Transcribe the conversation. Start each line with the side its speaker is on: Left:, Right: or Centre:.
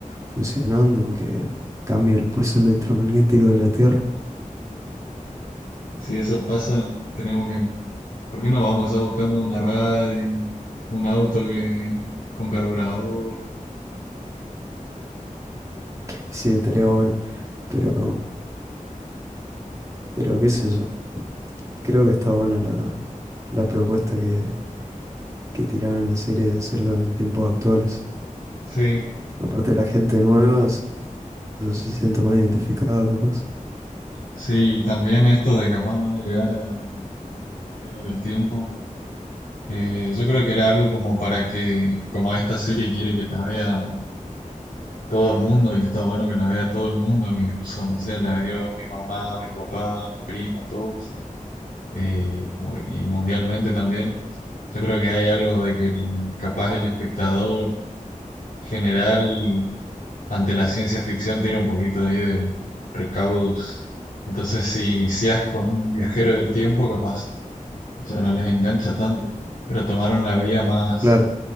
Right: funcionando, aunque cambie el pulso electromagnético de la Tierra.
Left: si eso pasa, tenemos que, ¿por qué no vamos a buscando una radio, un auto que, con carburador?
Right: Sí, estaría bueno, pero, pero qué sé yo. Creo que está buena la, la propuesta que, que tiraron en la serie de hacerlo en tiempos actuales.
Left: Sí,
Right: Aparte la gente nueva se, se siente más identificada, capaz.
Left: sí, y también esto de capaz no agregar a- al viajero del tiempo Eh, yo creo que era algo como para que, como esta serie quiere que la vea todo el mundo y que está bueno que la vea todo el mundo, que incluso, no sé, la vio mi mamá, mi papá, mi primo, todos, eh, como que- y mundialmente también. Yo creo que hay algo de que el, capaz el espectador general ante la ciencia ficción tiene un poquito ahí de recaudos. Entonces, si iniciás con un viajero del tiempo, capaz, o sea no les engancha tanto, pero tomaron la vía más
Right: Claro.